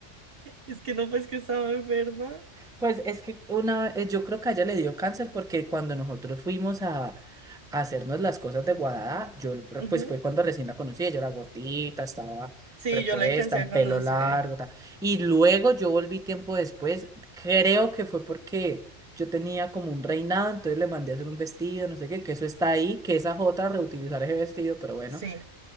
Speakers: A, on the right (about 50°); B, in the centre.
A: es que no, pues que estaba enferma.
B: Pues es que una, eh, yo creo que a ella le dio cáncer porque cuando nosotros fuimos a, a hacernos las cosas de Guadalajara, yo le-
A: ujú.
B: pues fue cuando recién la conocí, ella era gordita, estaba
A: Sí,
B: repuesta,
A: yo la alcancé
B: el
A: a
B: pelo
A: conocer.
B: largo, tal. Y luego yo volví tiempo después, creo que fue porque yo tenía como un reinado, entonces le mandé a hacer un vestido, no sé qué, que eso está ahí, que esa jota reutilizar ese vestido, pero bueno.
A: Sí.